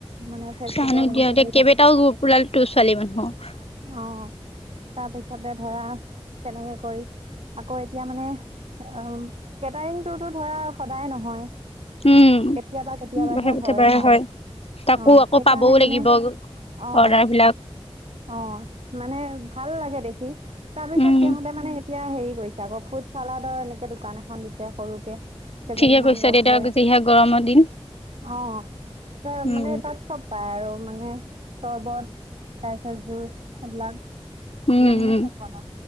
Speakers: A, on the right (about 85°); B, on the left (about 70°).
A: মানে ফেচবুকত
B: চাওঁ নো
A: এনেকে
B: কিয় এতিয়া
A: দি
B: কেইবাটাও গ্ৰুপ ওলালতো ছোৱালী মানুহ
A: অ'হ তাৰপিছতে ধৰা তেনেকে কৰি। আকৌ' এতিয়া মানে অহ কেটাৰিংটো ধৰা সদায় নহয়।
B: উম
A: কেতিয়াবা কেতিয়াবা
B: বাৰে
A: হে হয়
B: বাৰে
A: ন।
B: তাকো
A: অ'হ
B: আকৌ
A: সেইকাৰণে
B: পাবও
A: মানে
B: লাগিব
A: অহ'
B: অৰ্ডাৰ বিলাক
A: অ'হ মানে ভাল লাগে দেখি তাৰপিছত
B: উম
A: সিহঁতে মানে, এতিয়া হেৰি কৰিছে আকৌ ফুড চালাডৰ এনেকে দোকান এখন দিছে সৰুকে। কেইজনীমান
B: ঠিকে কৈছা
A: লগ
B: দেউতা
A: হৈ।
B: যিহে গৰমৰ দিন
A: অহ' তই
B: উম
A: মানে তাত চ'ব, পায় আৰু মানে চৰ্বত তাৰপিছত জুচ সেইবিলাক।
B: উম
A: এইবিলাক মানে
B: উম
A: চব বনাই